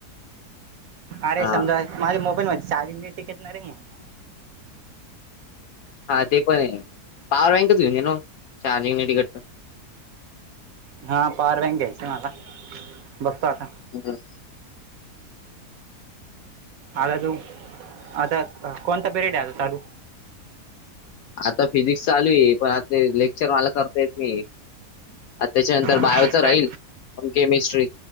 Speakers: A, on the right; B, on the left.
A: अरे
B: हा
A: समजा माझ्या मोबाईलमध्येध्ये चाली म टिकेतणार आहे मग
B: हा ते पण आहे पॉवर बँकच येऊन ये ना चार्जिंगटिकड तर
A: हा पार बँक घ्यायचे मला बघतो आता
B: हम्
A: आता तू आता कोणता पिरियड आहे आता चालू
B: आता फिजिक्स चालू आहे पण आ लेक्चर मला करता येत नाही अ त्याच्यानंतर
A: कसं
B: बायोच
A: काय
B: राहील प केमिस्ट्री